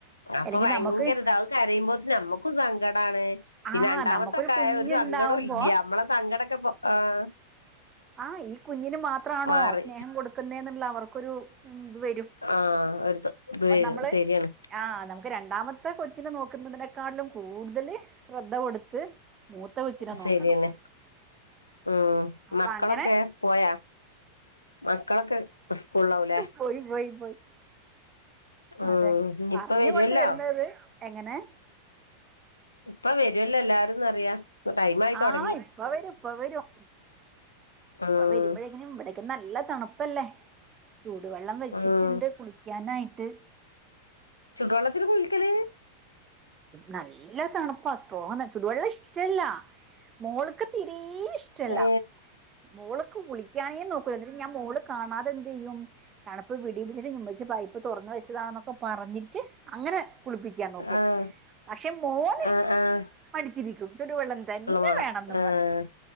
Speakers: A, on the left; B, on the right.
A: ഞാൻ
B: അല്ലെങ്കിൽ
A: പ്പം ഭയങ്കര
B: നമുക്ക്
A: ഇതാവക യുമ്പോ നമ്മുക്കും സങ്കടാണ് പിന്നെ
B: ആ
A: രണ്ടാമത്തൊക്കെ
B: നമുക്കൊരു കുഞ്ഞുണ്ടാവുമ്പോ
A: ആയ ഒരു സങ്കടുല്ല നമ്മളെ സങ്കടെ ആഹ്
B: ആഹ് ഈ കുഞ്ഞിന് മാത്രണോ
A: മാറി
B: സ്നേഹം കൊടുക്കുന്നെ എന്നുള്ള അവർക്കൊരു വരും
A: ആഹ് ഒരു ഇത്
B: അപ്പൊ
A: വരും
B: നമ്മള്
A: ശരിയാണ്
B: ആ നമുക്ക് രണ്ടാമത്തെ കൊച്ചിനെ നോക്കുന്നതിന ക്കാട്ടിലും കൂടുതല് ശ്രദ്ധ കൊടുത്ത് മൂത്ത കൊച്ചിനെ
A: ശരിയെന്നെ
B: നോക്കണം
A: ഉം
B: അപ്പൊ
A: മക്കളൊക്കെ
B: അങ്ങനെ
A: പോയാ മക്കളൊക്കെ സ്കൂളിലാവു ല്ലേ
B: പോയി പോയി പോയി
A: ഉം
B: അതെ
A: ഇനിയിപ്പ
B: പറഞ്ഞ
A: വരുവല്ലോ
B: കൊണ്ട വരുന്നത് എങ്ങനെ
A: ഇപ്പൊ വരുവല്ലോ എല്ലാരുംന്നറിയാ ടൈം ആയി തൊടങ്ങി
B: ആഹ് ഇപ്പ വരും ഇപ്പ വരും ഇപ്പൊ
A: ഉം
B: വരുമ്പോഴേങ്ങനും ഇവിടേക്കും നല്ല തണുപ്പല്ലേ ചൂടുവെള്ളം വെച്ചിട്ടുണ്ട്
A: ഉം
B: കുളിക്കാനായിട്ട്
A: ചുടോവെള്ളത്തില കുളിക്കലേ
B: നല്ല തണുപ്പാ സ്ട്രോങ് ചുടുവെള്ളം ഇഷ്ടല്ല മോൾക്ക് തീരെ ഇഷ്ടല്ല
A: ഹേ
B: മോൾക്ക് കുളിക്കാനേ നോകൂല എന്നട്ട് ഞാൻ മോക്ക് കാണാതെന്ത് ചെയ്യും തണുപ്പ് വടീപ്പിച്ട്ട് മ്മച്ചി പൈപ്പ് തുറന്ന വെച്ചതാണെന്നൊക്കെ പറഞ്ഞിട്ട് അന അങ്ങനെ കുളിപ്പിക്കാൻ നോക്കും
A: ആഹ്
B: പക്ഷെ മോന്
A: ആഹ് ആഹ്
B: പഠിച്ചിരിക്കും ചുടുവെള്ളം തന്നെ
A: വേണം
B: വേണെന്നും
A: ആഹ്
B: പറഞ്ഞു